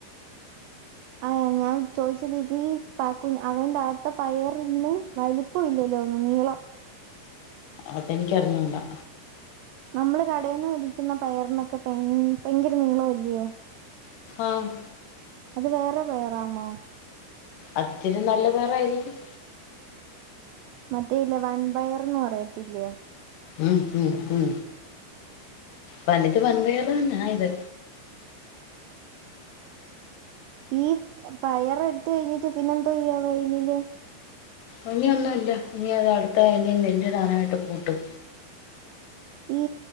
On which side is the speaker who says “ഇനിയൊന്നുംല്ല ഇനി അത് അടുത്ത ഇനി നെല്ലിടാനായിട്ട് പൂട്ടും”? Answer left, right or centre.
Left